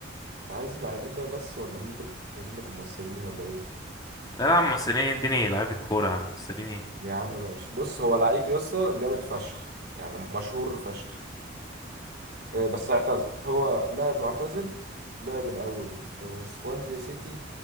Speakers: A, on the right (about 55°); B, on the left (about 20°).
A: عايز لعيبه بس ولا ممكن اجيب لك ممثلين ولا ايه
B: لا لا يا عم مصريين اديني لعيبة كورة يا عم مصريين ايه
A: يا عم ماشي بص هو لعيب يا اسطى جامد فشخ يعني مشهور فشخ آه، بس اعتزل هو لاعب معتزل لعب الأول في سوانزيا سيتي